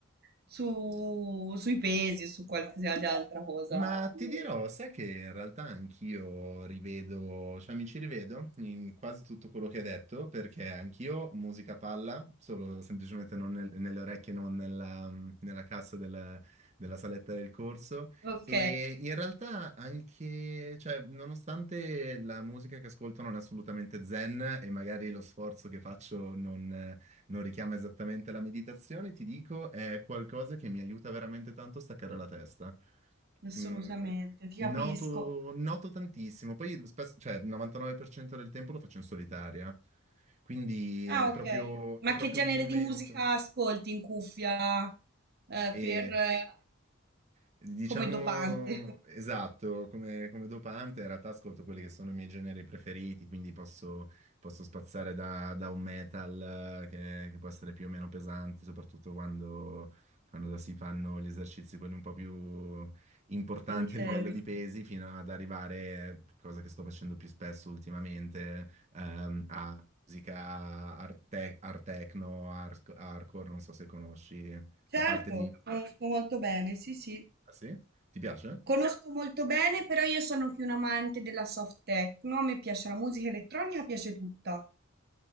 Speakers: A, on the right; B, on the right.
A: su- sui pesi, su qualsiasi altra cosa
B: ma ti
A: inerente.
B: dirò, sai che in realtà anch'io rivedo, cioè mi ci rivedo in quasi tutto quello che hai detto, perché anch'io musica palla, solo semplicemente non nel- nelle orecchie, non nella, nella cassa del- della saletta del corso.
A: Ok,
B: E in realtà anche, cioè, nonostante la musica che ascolto non è assolutamente zen e magari lo sforzo che faccio non richiama esattamente la meditazione, ti dico, è qualcosa che mi aiuta veramente tanto a staccare la testa.
A: assolutamente,
B: Mm,
A: ti
B: noto,
A: capisco.
B: noto tantissimo, poi spesso, cioè, il 99% del tempo lo faccio in solitaria, quindi
A: Ah,
B: è proprio,
A: ok. Ma
B: è proprio
A: che genere
B: un momento.
A: di musica ascolti in cuffia, eh,
B: E
A: per, eh,
B: Diciamo
A: come dopante? <laughs>
B: esatto, come, come dopante in realtà ascolto quelli che sono i miei generi preferiti, quindi posso, posso spaziare da, da un metal eh, che, che può essere più o meno pesante, soprattutto quando, quando si fanno gli esercizi quelli un po' più importanti
A: Intenso.
B: a livello di pesi, fino ad arrivare, eh, cosa che sto facendo più spesso ultimamente, ehm, a musica art, te- art techno, hard- hardcore, non so se conosci
A: Certo,
B: la parte di...
A: conosco molto bene, sì, sì.
B: Ah sì? Ti piace?
A: Conosco molto bene, però io sono più un amante della soft techno, a me piace la musica elettronica, piace tutta.